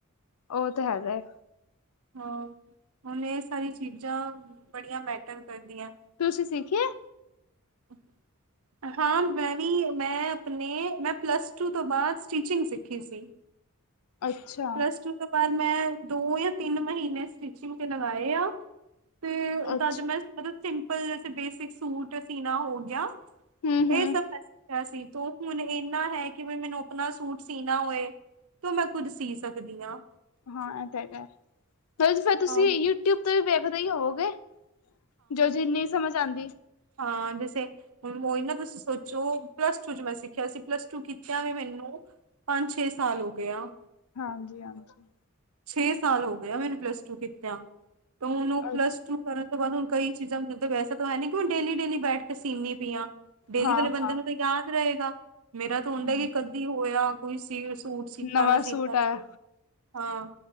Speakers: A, on the left; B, on the right.
A: ਉਹ ਤਾਂ ਹੈਗਾ ਐ।
B: ਹਾਂ, ਹੁਣ ਇਹ ਸਾਰੀ ਚੀਜ਼ਾਂ ਬੜੀਆਂ ਮੈਟਰ ਕਰਦੀਆਂ।
A: ਤੁਸੀਂ ਸਿੱਖਿਆ।
B: <unintelligible> ਹਾਂ, ਮੈਂ ਵੀ, ਮੈਂ ਅਪਣੇ ਮੈਂ ਪਲੱਸ ਟੂ ਤੋਂ ਬਾਦ ਸਟੀਚਿੰਗ ਸਿੱਖੀ ਸੀ।
A: ਅੱਛਾ।
B: ਪਲੱਸ ਟੂ ਤੋਂ ਬਾਅਦ, ਮੈਂ ਦੋ ਜਾਂ ਤਿੰਨ, ਮਹੀਨੇ ਸਟਿਚਿੰਗ ਤੇ ਲਗਾਏ ਆ। ਤੇ
A: ਅੱਛਾ
B: ਤਾਂ ਤੇ ਮੈਂ ਮਤਲਬ, ਸਿੰਪਲ ਜੈਸੇ ਬੇਸਿਕ ਸੂਟ ਸੀਣਾ ਹੋ ਗਿਆ।
A: ਹੂੰ ਹੂੰ।
B: ਇਹ ਸਬ ਮੈਂ ਸਿੱਖਿਆ ਸੀ ਤੂੰ ਹੁਣ ਇਨਾ ਹੈ ਕਿ ਬਈ ਮੈਨੂੰ ਅਪਣਾ ਸੂਟ ਸੀਣਾ ਹੋਏ ਤੋ ਮੈਂ ਕੁੱਝ ਸੀ ਸਕਦੀ ਆ।
A: ਹਾਂ, ਇਹ ਤਾਂ ਹੈਗਾ, ਫਿਰ ਤੁ ਫਿਰ ਤੁਸੀਂ
B: ਹਾਂ
A: ਯੂਟਿਊਬ ਤੇ ਵੀ ਵੇਖਦੇ ਈ ਹੋਵੋਗੇ। ਜੋ ਚੀਜ਼ ਨਈ ਸਮਝ ਆਂਦੀ।
B: ਹਾਂ, ਜੈਸੇ ਹੁਣ ਉਹੀ ਨਾ ਤੁਸੀਂ ਸੋਚੋ, ਪਲੱਸ ਟੂ ਚ ਮੈਂ ਸਿੱਖਿਆ ਸੀ ਪਲੱਸ ਟੂ ਕੀਤਯਾ ਵੀ ਮੈਨੂੰ ਪੰਜ, ਛੇ ਸਾਲ ਹੋਗੇ ਆ।
A: ਹਾਂਜੀ, ਹਾਂਜੀ।
B: ਛੇ ਸਾਲ ਹੋ ਗਿਆ ਮੈਨੂੰ ਪਲੱਸ ਟੂ ਕੀਤਾ ਤੇ ਹੁਣ ਉਹ
A: ਅੱਛਾ
B: ਪਲੱਸ ਟੂ ਕਰਨ ਤੋਂ ਬਾਦ ਹੁਣ ਕਈ ਚੀਜ਼ਾਂ ਮ ਵੈਸੇ ਤਾਂ ਹੈ ਨੀ ਕੀ ਮੈ ਡੇਲੀ- ਡੇਲੀ ਬੈਠ ਕੇ ਸੀਨੀ ਪਈਆਂ। ਡੇਲੀ
A: ਹਾਂ
B: ਵਾਲੇ
A: ਹਾਂ
B: ਬੰਦੇ ਨੂੰ ਤਾਂ ਯਾਦ ਰਏਗਾ, ਮੇਰਾ ਤਾਂ ਹੁੰਦਾ
A: ਹੂੰ।
B: ਕਿ ਕਦੀ ਹੋਇਆ ਕੋਈ ਸੀ ਸੂਟ ਸਿੱਤਾ
A: ਨਵਾਂ
B: ਨਾ ਸਿੱਤਾ
A: ਸੂਟ ਆਇਆ
B: ਸੀ। ਹਾਂ,